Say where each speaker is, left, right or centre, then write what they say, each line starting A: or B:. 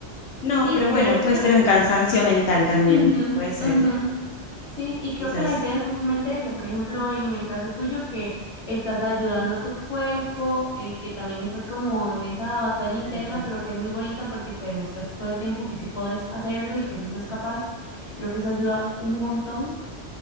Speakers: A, on the left (about 80°); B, on the left (about 30°).
A: No,
B: Y
A: pero
B: de
A: bueno,
B: hecho,
A: puede ser un cansancio mental también,
B: ujú,
A: puede ser,
B: ujú.
A: ¿eh?
B: Sí, y creo
A: Quizás.
B: que la idea es justamente eso. Por ejemplo, en el caso tuyo, que estás ayudando a tu cuerpo y que también estás como en esa batalla interna,
A: Tal cual.
B: pero que es muy bonita porque te demuestras todo el tiempo que sí puedes hacerlo y que sí sos capaz. Creo que eso ayuda un montón,